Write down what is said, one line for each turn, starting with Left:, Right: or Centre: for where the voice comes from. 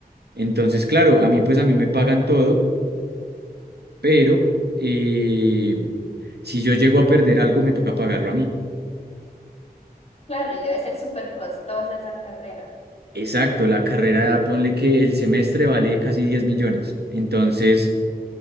Right: Entonces, claro, a mí pues a mí me pagan todo, pero eh, Si yo llego a perder algo, me toca pagarlo a mí.
Left: Claro, y debe ser súper costosa esa carrera.
Right: Exacto, la carrera, ponle que el semestre vale casi 10 millones. Entonces,